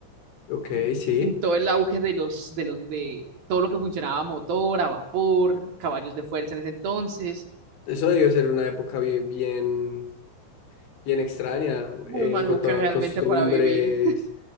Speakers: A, on the left (about 80°); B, on the right (about 50°).
A: ok,
B: En,
A: sí.
B: en todo el auge de los, de los, de todo lo que funcionaba, a motor, a vapor, caballos de fuerza en ese entonces,
A: Eso debió ser una época bien, bien, bien extraña
B: muy
A: eh,
B: maluca
A: en cuanto
B: realmente
A: a costumbres.
B: para vivir.